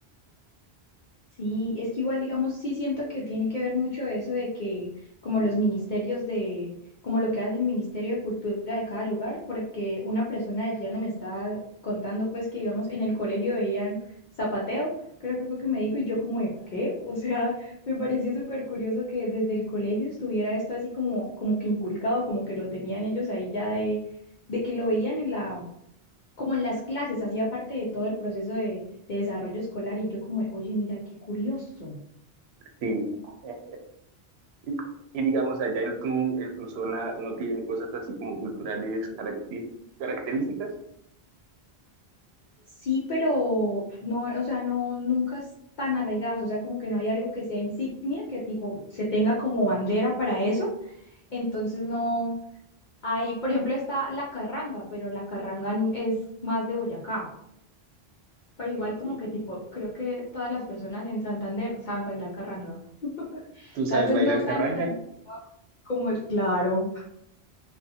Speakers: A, on the left; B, on the right.
A: Sí, es que igual, digamos, sí siento que tiene que ver mucho eso de que como los ministerios de, como lo que hace el Ministerio de Cultura de cada lugar, porque una persona del llano me estaba contando pues que, digamos, en el colegio veían zapateo, creo que fue que me dijo, y yo como, de, ¿qué? O sea, <laughs> me pareció súper curioso que desde el colegio estuviera esto así como, como que inculcado, como que lo tenían ellos ahí ya de, de que lo veían en la como en las clases, hacía parte de todo el proceso de, de desarrollo escolar y yo como, de, oye, mira, qué curioso.
B: Sí. <laughs> Y, y digamos, allá en tu, en tu zona no tienen cosas así como culturales caracteri- características.
A: Sí, pero no, o sea, no, nunca están arraigadas, o sea, como que no hay algo que sea insignia, que tipo se tenga como bandera para eso, entonces no hay, por ejemplo, está la carranga, pero la carranga n- es más de Boyacá, pero igual
B: Ok.
A: como que tipo, creo que todas las personas en Santander saben bailar carranga, <laughs>
B: ¿Tú sabes
A: tal vez
B: bailar
A: no tan,
B: carranga?
A: tan como es, claro.